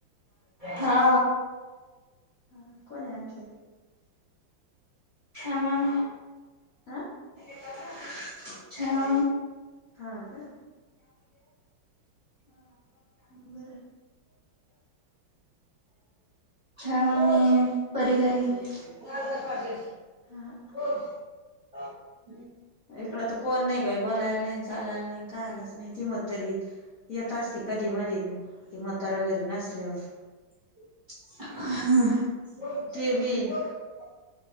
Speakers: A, on the right; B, on the left.
A: हा.
B: हा कोण आणंखेल?
A: ह माग
B: आ
A: <unintelligible> ह
B: हा का बरं
A: छ मी परे काई <inaudible>
B: हा
A: <unintelligible>
B: इकड तर कोण नाही बाई. बोलायला नाही, चालायला नाही. कालाच नाही ति म तरी येत असते कधी मदी ते मतारा घरी नसल्यावर
A: हा.
B: ते बी